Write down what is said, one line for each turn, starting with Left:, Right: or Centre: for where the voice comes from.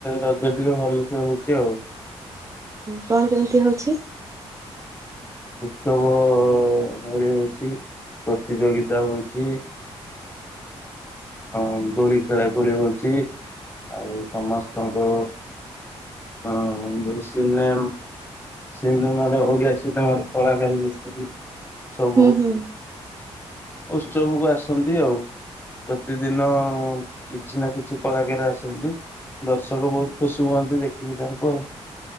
Left: ରଜ ଟିକେ ଭଲସେ ହଉ ଯଉ
Right: କଣ କେମିତି ହଉଛି?
Left: ଉତ୍ସବ ଭଳି ହଉଚି, ପ୍ରତିଯୋଗିତା ହଉଚି ଆଉ ଦୋଳି ଖେଳା ଖେଳି ହଉଚି ଆଉ ସମସ୍ତଙ୍କ ଅ ଯୋଉ ସିନେମ ସିନେମାର ଓଡ଼ିଆ ସିନେମାରେ କଳା କାର ବି ଆସୁଚନ୍ତି। ସବୁ।
Right: ହୁଁ ହୁଁ
Left: ଉତ୍ସବକୁ ଆସନ୍ତି। ଆଉ ପ୍ରତିଦିନ କିଛି ନା କିଛି କଳାକାର ଆସନ୍ତି। ଦର୍ଶକ ବହୁତ ଖୁସି ହୁଅନ୍ତି ଦେଖିକି ତାଙ୍କୁ ଆଉ।